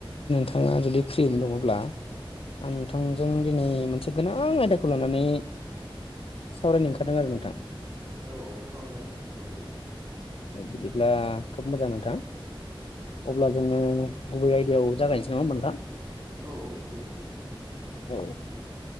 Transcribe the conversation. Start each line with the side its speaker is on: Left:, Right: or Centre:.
Left: थाङा जुदि फ्रियैनो दङब्ला। आं नोंथांजों दिनै मोनसे गोनां आयदाखौ लानानै। सावरायनो ओंखारदों आरो नोंथां।
Right: औ औ सावरायजागोन नोंथाङा सावरायजागोन।
Left: बिदिब्ला खोब मोजां नोंथां। अब्ला जोङो गुबै आयदायाव जागायनोसै नङा
Right: औ औ दे नोंथां दे जागोन।
Left: औ